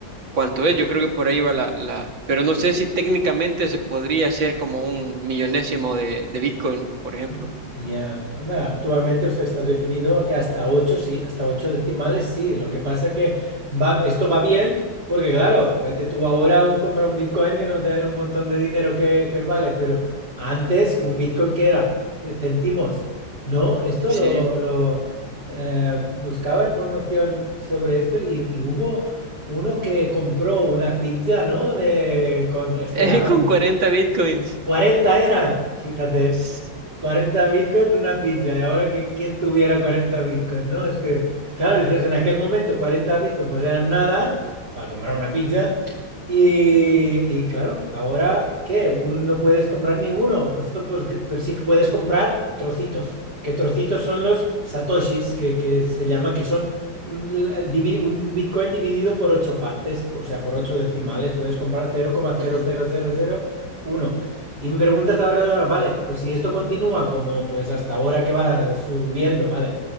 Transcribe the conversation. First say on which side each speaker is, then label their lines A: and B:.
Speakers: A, on the right (about 80°); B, on the right (about 60°).
A: cuánto es. Yo creo que por ahí va la, la... Pero no sé si técnicamente se podría hacer como un millonésimo de, de Bitcoin, por ejemplo.
B: Y- Ya, Hombre, actualmente usted está definido que hasta 8 sí, hasta 8 decimales, sí. Lo que pasa que va, esto va bien, porque claro, vete tú ahora a comprar un Bitcoin que no tiene un montón de dinero que, que vale, pero antes un Bitcoin que era centimos, ¿no? Esto
A: Sí.
B: lo, lo, eh, buscaba información sobre esto y, y hubo uno que compró una pizza, ¿no? De, con esto
A: <laughs>
B: ya,
A: Con cuarenta Bitcoins.
B: 40 eran, fíjate.
A: Sí,
B: 40 bitcoins una pizza. Y ahora, ¿quién, quién tuviera 40 bitcoins, no? Es que, claro, dices, en aquel momento 40 bitcoins pues eran nada para comprar una pizza. Y, y claro, ahora, ¿qué? Un- no puedes comprar ninguno. Esto, pues, que- pero sí que puedes comprar trocitos. Que trocitos son los satoshis, que, que se llama, que son mm, el divi- un bitcoin dividido por ocho partes, o sea, por ocho decimales. Puedes comprar cero coma cero
A: Ujú.
B: cero cero cero coma uno y mi pregunta estaba relacionada, vale, pues si esto continúa como pues hasta ahora que va subiendo, vale,